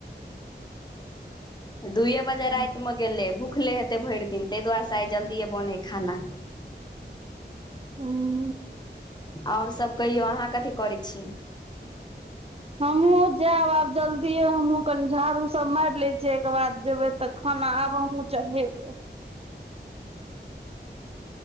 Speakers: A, on the left; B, on the right.
A: दुइए
B: ह
A: बजे राइतमे गेलै भुखले हेतै भरि दिन ताहि दुआरेसँ आइ जल्दिए बनै हइ खाना
B: हँ
A: ओर सभ कहियौ अहाँ कथी करै छीयै
B: हमहुँ जायब आब जल्दिए हमहूँ कनि झाड़ू सब मारि लै छियै एहिके बाद जेबै तऽ खाना आब हमहुँ चढ़ेबे